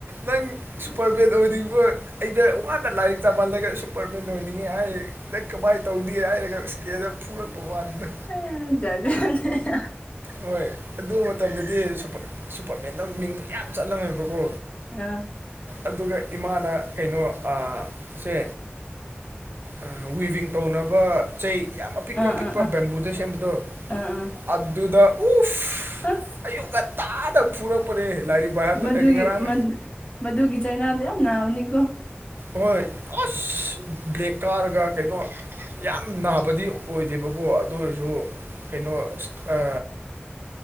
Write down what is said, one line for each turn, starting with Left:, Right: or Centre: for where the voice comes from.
Right: ꯅꯪ ꯁꯨꯄꯔꯚꯦꯟ ꯑꯣꯏꯅꯤꯡꯔꯤꯕꯣ ꯑꯩꯗ ꯋꯥꯗ ꯂꯥꯏꯔꯤꯛ ꯇꯝꯍꯜꯂꯒ ꯁꯨꯄꯔꯃꯦꯟ ꯑꯣꯏꯅꯤꯡꯉꯤ ꯍꯥꯏ ꯅꯪ ꯀꯃꯥꯏ ꯇꯧꯗꯦ ꯍꯥꯏꯔꯒ <unintelligible> ꯐꯨꯔꯛꯄ ꯋꯥꯅꯤꯗ꯫
Left: ꯑꯥꯏ ꯖꯥꯠ ꯖꯥꯠꯅꯦ
Right: ꯍꯣꯏ ꯑꯗꯨ ꯃꯇꯝꯗꯗꯤ ꯁꯨꯞꯄ ꯁꯨꯄꯔꯃꯦꯟꯗꯣ ꯃꯤꯡꯗ ꯌꯥꯝ ꯆꯠꯂꯝꯃꯦꯕꯀꯣ
Left: ꯑ
Right: ꯑꯗꯨꯒ ꯏꯃꯥꯅ ꯀꯩꯅꯣ ꯑ ꯁꯦ ꯎꯝ ꯋꯤꯚꯤꯡ ꯇꯧꯅꯕ ꯆꯩ ꯌꯥꯝ ꯑꯄꯤꯛꯄ
Left: ꯑꯥ
Right: ꯑꯄꯤꯛꯄ
Left: ꯑꯥ
Right: ꯕꯦꯝꯕꯨꯗ ꯁꯦꯝꯕꯗꯣ
Left: ꯑꯥ ꯑꯥ
Right: ꯑꯗꯨꯗ ꯎꯐ
Left: ꯑꯁ
Right: ꯑꯌꯨꯛ ꯉꯟꯇꯥꯗ ꯐꯨꯔꯛꯄꯅꯦ ꯂꯥꯏꯔꯤꯛ ꯄꯥꯏ
Left: ꯃꯗꯨꯒꯤ
Right: ꯉꯔꯥꯡ
Left: ꯃꯗ ꯃꯗꯨꯒꯤ ꯆꯩꯅꯥꯗꯣ ꯌꯥꯝ ꯅꯥꯕꯅꯤꯀꯣ
Right: ꯍꯣꯏ ꯑꯁ ꯕ꯭ꯂꯦꯛ ꯀꯥꯔꯒ ꯀꯩꯅꯣ ꯌꯥꯝ ꯅꯥꯕꯗꯤ ꯑꯣꯏꯗꯦꯕꯀꯣ ꯑꯗꯨ ꯑꯣꯏꯔꯁꯨ ꯀꯩꯅꯣ ꯑꯁ ꯑ